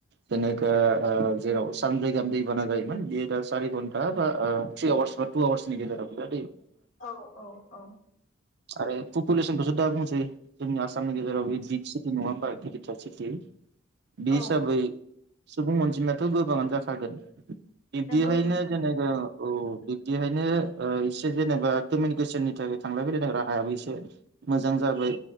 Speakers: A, on the right (about 60°); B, on the left (about 80°).
A: जेनेक'वा ओ जेराव सानब्रै गाहाम दैबाना जायोमोन बियो दा सारि घन्टा बा ओ थ्रि आवारस बा टु आवारसनि गेजेरावल' जा
B: औ औ औ।
A: आरो पुपलेसनखौ दा बुंसै जोंनि आसाम गेजेराव बिग सिटि नङा होनबा गिदिरथार सिटि। बे
B: औ
A: हिसाबै सुबुं अनजिमायाथ' गोबाङानो जाखागोन। बिदि
B: नंगौ
A: हायनो
B: नोंथां
A: जेनाबा
B: नंगौ
A: औ। बिदिहायनो इसे जेनेबा कमिउनिकेसननि थाखाय थांलाय फैलायनि राहायाबो एसे मोजां जाबाय।